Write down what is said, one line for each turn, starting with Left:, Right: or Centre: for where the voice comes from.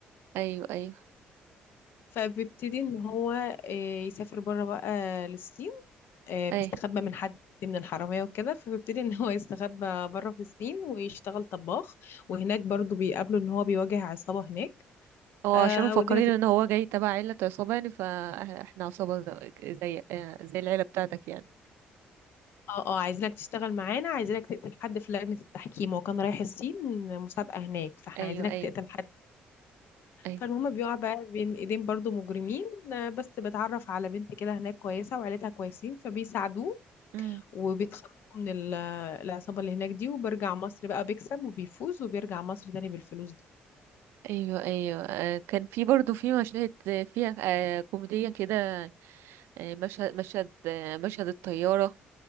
Right: ايوه ايوه
Left: فبيبتدي ان هو آه يسافر بره بقى للصين آه بيستخبى
Right: اي
Left: من حد من الحرامية وكده فبيبتدي ان هو يستخبى بره في الصين ويشتغل طباخ وهناك برضو بيقابله ان هو بيواجه عصابة هناك
Right: هو
Left: آه
Right: عشان مفكرين
Left: والدنيا
Right: ان هو جاي تبع عيلة عصابة يعني فاحنا عصابة ز- زي آه، زي العيلة بتاعتك يعني
Left: اه اه عايزينك تشتغل معانا عايزينك تقتل حد في لجنة التحكيم هو كان رايح الصين مسابقة هناك فاحنا
Right: ايوه
Left: عايزينك
Right: ايوه
Left: تقتل حد
Right: ايوه
Left: فالمهم بيقع بقى بين ايدين برضو مجرمين آه، بس بتعرف على بنت كده هناك كويسة وعيلتها كويسين فبيساعدوه
Right: امم
Left: وبيتخلصوا من ال- العصابة اللي هناك دي وبرجع مصر بقى بيكسب وبيفوز وبيرجع مصر تاني بالفلوس دي
Right: ايوه ايوه آه، كان في برضو في مشاهد آه، فيها آه، كوميدية كده آه، مشهد مشهد آه، مشهد الطيارة